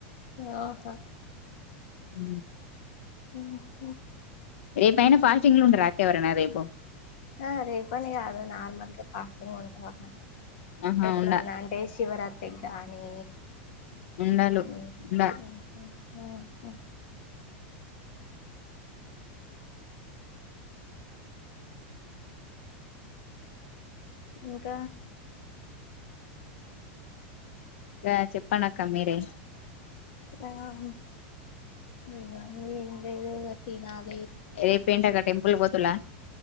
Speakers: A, on the left; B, on the left.
A: ఆ తా
B: ఉ
A: ఉహ్
B: రేపు ఐనా ఫాస్టింగ్ లు ఉండర అండి ఎవరైనా రేపు
A: ఆ రేపని కాదు నార్మల్ గా ఫాస్టింగ్ ఉంటావా అని
B: ఆహా
A: ఎప్పుడన్నా
B: ఉండ
A: అంటే శివరాత్రి ఏ కానీ
B: ఉండాలు
A: ఊ
B: ఉండ
A: ఓహ ఒక
B: ఆ చెప్పండి అక్క మీరే
A: ఆ అవును ఇగ అన్ని ఎదో ఒకటి తినాలి
B: రేపేంటీ అక్క టెంపుల్ పోతుల్లా